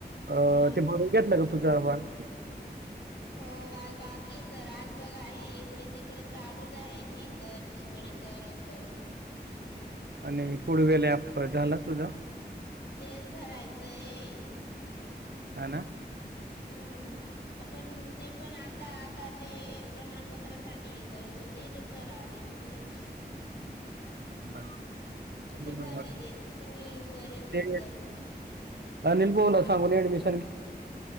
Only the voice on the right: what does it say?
अ
ते बर घ्याेतलं ग तुझं आ्हान
आणि कुड वल्या झाला तुझा
ह ना
बरर
<inaudible>
ते अनिल बोला सांड <unintelligible>